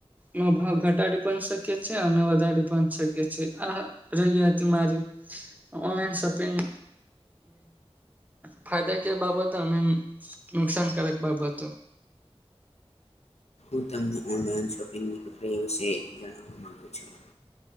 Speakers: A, on the right; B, on the left.
A: નો ભાવ ઘટાડી પણ શકે છે, અને વધારી પણ શકે છે આ રહી હતી મારી ઓનલાઈન શોપિંગ ફાયદા કે બાબત અને નુકસાનકારક બાબત
B: હું તમને ઓનલાઈન શોપિંગની પ્રક્રિયા વિશે જાણવા માગુ છુ.